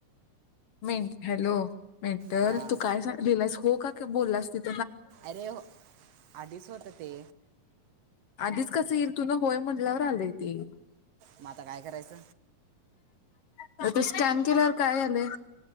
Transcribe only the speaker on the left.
मी हॅलो. मेंटल
तू काय झाली <unintelligible> हो का क बोलासतीत.
आधीच कस येईल तुन होय म्हणल्यावर आलय ते.
अ तू स्कॅन केल्यावर काय आलय?